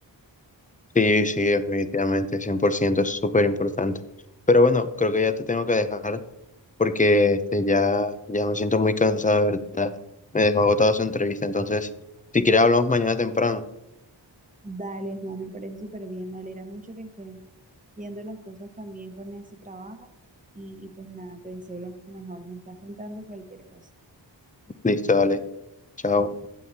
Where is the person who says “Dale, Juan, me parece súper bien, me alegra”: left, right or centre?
Right